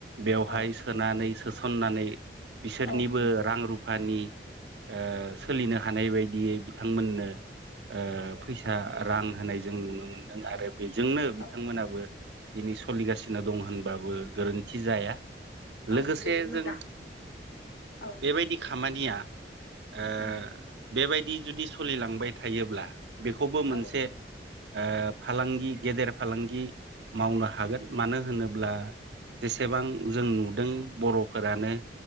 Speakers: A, on the right (about 80°); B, on the left (about 80°).
A: बेवहाय
B: औ
A: सोनानै
B: औ
A: सोसननानै बिसोरनिबो
B: औ नंगौ
A: रां रुफानि ओ सोलिनो हानाय बायदियै बिथांमोननो ओ फैसा रां होनाय जों नुनो मोनदों आरो बेजोंनो बिथांमोनाबो
B: औ
A: दिनै सोलिगासिनो दं होनबाबो गोरोनथि जाया
B: औ
A: लोगोसे
B: जोबोद मोजां
A: जों
B: औ
A: बेबायदि खामानिया ओ
B: नांगोन
A: बेबायदि जुदि सोलिलांबाय थायोब्ला बेखौबो मोनसे
B: औ
A: ओ फालांगि गेदेर फालांगि मावनो हागोन मानो होनोब्ला जेसेबां जों नुदों बर'फोरानो